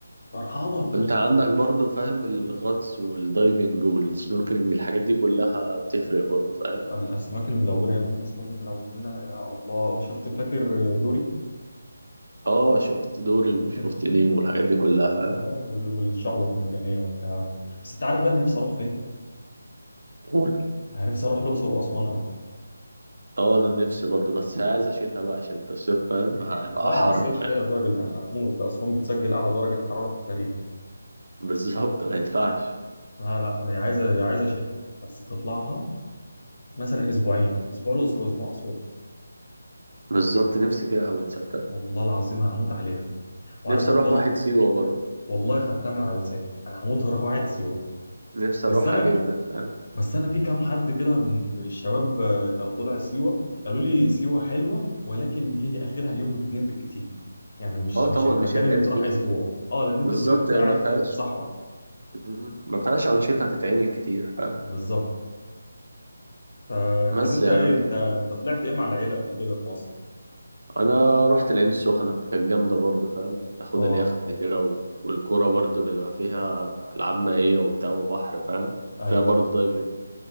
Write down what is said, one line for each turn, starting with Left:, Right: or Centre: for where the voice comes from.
Left: فرهضه
Right: انت عندك برضو فاهم الغطس والدايفنج والسنوركلينج الحاجات دي كلها بتفرق برضو فاهم
Left: الاسماك الملونه يا ابني الاسماك الملونه يا الله شفت فاكر دوري
Right: اه شفت دوري وشفت
Left: <laughs>
Right: نيم والحاجات دي كلها فاهم
Left: اه وال- والشعب المرجانيه والكلام ده. بس انت عارف بقى انا نفسي اروح فين؟
Right: قول.
Left: انا نفسي اروح الاقصر واسوان قوي
Right: اه انا نفسي برضو بس عايز شتا بقى عشان في الصيف فاهم هيبقى
Left: لا
Right: حر
Left: الصيف
Right: فاهم
Left: ايه يا راجل ده احنا هنموت ده اسوان بتسجل اعلى درجه حراره في التاريخ
Right: بالظبط ما ينفعش
Left: لا لا هي عايزه هي عايزه شتاء بس تطلعها مثلا اسبوعين اسبوع الاقصر واسبوع اسوان
Right: بالظبط نفسي فيها اوي تصدق
Left: والله العظيم هموت عليها وعارف
Right: نفسي
Left: برضه
Right: اروح
Left: انا
Right: واحد سيوة برضو
Left: والله خدتها من على لساني انا هموت هروح واحد سيوه
Right: نفسي
Left: بس
Right: اروحها
Left: انا
Right: جدا فاهم
Left: بس انا في كام حد كده من من الشباب آه، كانوا طلع سيوه قالوا لي سيوه حلوه ولكن هي اخرها يوم اتنين بالكتير يعني مش
Right: اه طبعا
Left: مش المكان
Right: مش هتعد
Left: اللي تروح
Right: فيها
Left: اسبوع اه لان انت
Right: بالظبط
Left: بيقول لك انت
Right: هي
Left: قاعد
Right: ما فيهاش
Left: في صحراء
Right: مم. ما فيهاش انشطه تتعمل كتير فاهم
Left: بالظبط ف-
Right: بس
Left: طب انت
Right: يا
Left: ايه
Right: عم
Left: انت انت طلعت ايه مع العيله قبل كده في مصر
Right: انا رحت العين السخنه كانت جامده برضو فاهم اخد
Left: اه
Right: اليخت كده و... والكوره برضو بيبقى فيها العاب مائيه وبتاع وبحر فاهم
Left: ايوه
Right: فيها برضو
Left: ايوه
Right: دايفنج